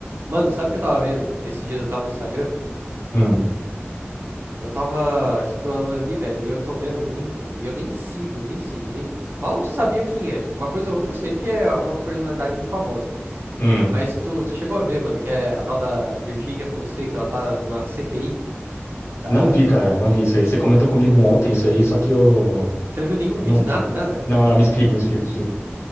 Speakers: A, on the right; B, on the left.
A: Mano, sabe o que eu tava vendo? Esses dias eu tava no Instagram.
B: Hum,
A: Eu tava scrollando ali, velho, e eu tô vendo muito, mano. E eu nem sigo, nem sigo, nem. Mal sabia quem é. Tipo, uma coisa ou outra eu sei porque é uma personalidade muito famosa.
B: hum.
A: Mas tu, tu chegou a ver, mano, que é a tal da Virgínia Fonseca, ela tá numa CPI da.
B: Não vi, cara, não vi isso aí. Você comentou comigo ontem isso aí, só que eu,
A: Você não viu nenhum
B: eu
A: vídeo,
B: não vi.
A: nada, nada?
B: Não, não, me explica, me explica, me explica.